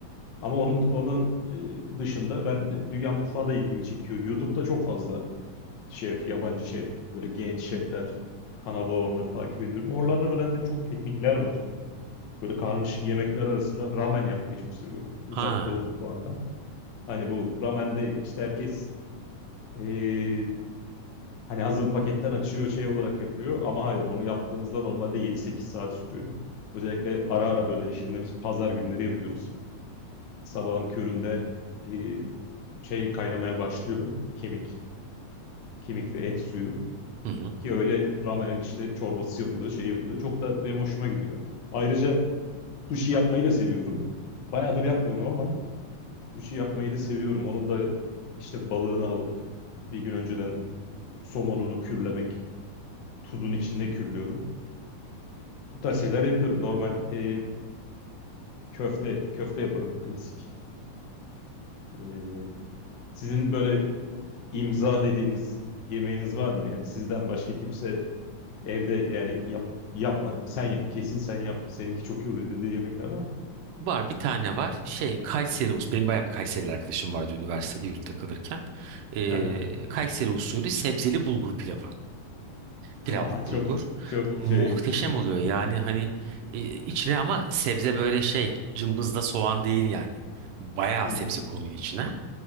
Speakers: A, on the left; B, on the right.
A: Ama onun onun e, dışında ben dünya mutfağı da ilgimi çekiyor. YouTube'da çok fazla şef, yabancı şef, böyle genç şefler kanalı olanları takip ediyorum. Oralardan öğrendiğim çok teknikler var. Böyle karmaşık yemekler arasında ramen yapmayı çok seviyorum. Uzak
B: Ha.
A: Doğu mutfağından. Hani bu ramende işte herkes e, Hani hazır paketten açıyor şey olarak yapıyor ama hayır onu yaptığınızda normalde yedi sekiz saat sürüyor. Özellikle ara ara böyle eşimle biz pazar günleri yapıyoruz. Sabahın köründe e, şey kaynamaya başlıyor kemik. Kemik ve et suyu
B: Hı hı.
A: ki öyle ramenin işte çorbası yapılıyor şey yapılıyor. Çok da benim hoşuma gidiyor. Ayrıca sushi yapmayı da seviyorum. Bayağıdır yapmıyorum ama sushi yapmayı da seviyorum. Onun da işte balığını alıp bir gün önceden somonunu kürlemek. Tuzun içinde kürlüyorum. Bu tarz şeyler yapıyorum. Normal e, köfte köfte yaparım klasik. E, sizin böyle imza dediğiniz yemeğiniz var mı? Yani sizden başka kimse evde yani yap, yapma sen yap kesin sen yap seninki çok iyi oluyor dediği yemekler var mı?
B: Var bir tane var. Şey Kayseri usulü. Benim bayağı bir Kayserili arkadaşım vardı üniversitede yurtta kalırken. Ee,
A: Aha.
B: Kayseri usulü sebzeli bulgur pilavı. pilavlık
A: Aa, çok
B: bulgur.
A: çok
B: Muhteşem
A: şeymiş.
B: oluyor. Yani hani e, içine ama sebze böyle şey cımbızda soğan değil yani. Bayağı
A: Hı
B: sebze
A: hı.
B: konuyor içine.